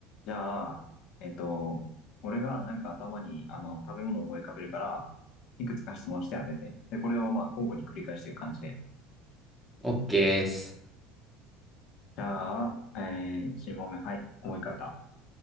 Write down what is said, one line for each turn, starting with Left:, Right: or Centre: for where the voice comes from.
Left: じゃあ、えっと、俺がなんか頭にあの食べ物を思い浮かべるから、いくつか質問して当てて。で、これをまあ交互に繰り返していく感じで。
Centre: OK です。
Left: じゃあ、えー、1問目。はい。思い浮かべた。